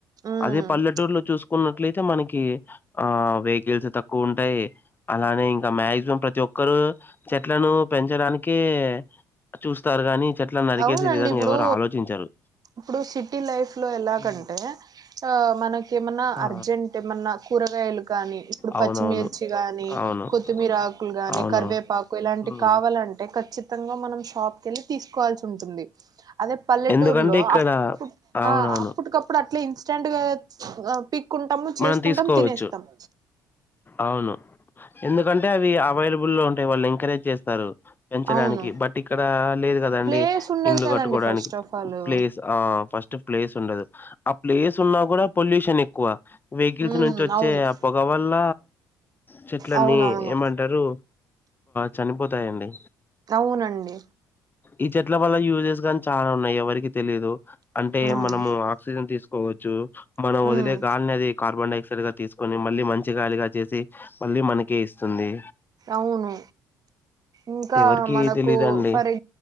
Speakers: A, on the right; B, on the left.
A: ఉమ్
B: అదే పల్లెటూర్లో చూసుకు న్నట్లయితే మనకి ఆ వెహికల్స్ తక్కువ ఉంటాయి అలానే ఇంకా మాక్సిమం ప్రతి ఒక్క ఒక్కరు చెట్లను పెంచడానికి చూస్తారు గాని చెట్లను నరికేసే
A: అవునండి
B: విధంగా
A: ఇప్పుడు
B: ఎవరు ఆలోచించరు
A: ఇప్పుడు సిటీ లైఫ్ లో ఎలాగంటే
B: ఉ
A: ఆ మనక ఏమన్నా
B: ఆ
A: అర్జెంట్ ఏమన్నా కూరగాయలు కానీ ఇప్పుడు
B: అవునవును
A: పచ్చిమిర్చి గాని
B: అవును
A: కొత్తిమీర ఆకులు గానీ
B: అవును
A: కరివేపాకు ఇలాంటి
B: ఉమ్.
A: కావాలంట చ్చితంగా మనం షాప్ కిళ్ళి తీసుకు వాల్సి ఉంటుంది అదే పల్లెటూరు
B: ఎందుకంటే
A: లో
B: ఇక్కడ
A: అప్పు
B: అవునవును
A: అప్పటికప్పుడు అట్లా ఇ టం గా పిక్కుంటాము చేసుకుంటాము
B: మనం తీసుకోవచ్చు
A: తినేస్తాము
B: అవును ఎందుకంటే అవి అవైలబుల్లో ఉంటాయి వాళ్ళు ఇంకా ఎంకరేజ్ చేస్తారు పెంచడానికి
A: అవును
B: బట్ ఇక్కడ లేదు కదండి
A: ప్లేస్ ఉండదు
B: ఇంలు
A: కదండి
B: కట్టుకోడానికి
A: first of all
B: place
A: um
B: ఆ ఫస్ట్ ప్లేస్ ఉండదు ఆ ప్లేస్ న్నా కూడా పొల్యూషన్ ఎక్కువ వెహికల్స్
A: ఉమ్
B: నుంచి వచ్చే
A: అవును
B: ఆ పొగ వల్ల చెట్లన్నీ
A: అవునవును
B: ఏమంటారు చనిపోతాయండి
A: అవునండి
B: ఈ చెట్ల వల్ల యూజెస్ నీ చాలా ఉన్నాయి ఎవరికి తెలీదు అంటే
A: ఉమ్
B: మనము ఆక్సిజన్ తీసుకు కోవచ్చు మనం వదిలే
A: ఉమ్
B: గాలిని అది కార్బన్డయాక్సైడ్ గా తీసుకొని మళ్ళీ మంచి మచ్చగాలిగా చేసి మళ్ళ మనకే ఇస్తుంది
A: అవును ఇంకా
B: ఎవరికి
A: మనకు
B: తెలీదండి
A: ఫర్ ఎ